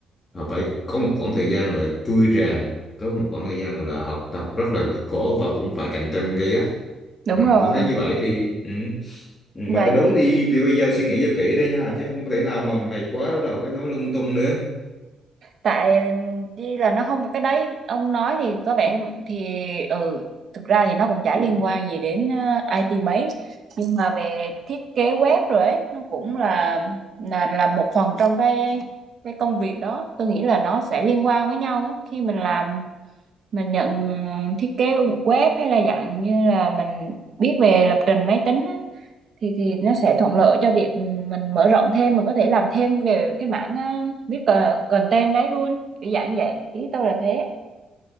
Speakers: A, on the left; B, on the right.
A: họ phải có một khoảng thời gian gọi là trui rèn có một khoảng thời gian gọi là học tập rất là cực khổ và cũng phải cạnh tranh gay gắt
B: đúng
A: Ờ,
B: rồi
A: tôi thấy như vậy thì ừ. ừ,
B: Vậy
A: mà cái đúng thì thì bây giờ suy nghĩ cho kỹ đấy nha chứ không thể nào mà mày quá bắt đầu cái nói lung tung nữa
B: tại đi là nó không cái đấy ông nói thì có vẻ thì ừ thực ra thì nó cũng chả liên quan gì đến ờ, IT mấy nhưng mà về thiết kế web rồi ấy nó cũng là là là một phần trong cái cái công việc đó tôi nghĩ là nó sẽ liên quan với nhau ấy khi mình làm mình nhận thiết kế web hay là dạng như là mình biết về lập trình máy tính á, thì thì nó sẽ thuận lợi cho việc ừ, mình mở rộng thêm mình có thể làm thêm về cái mảng ờ, viết cờ- content đấy luôn kiểu dạng như vậy ý tôi là thế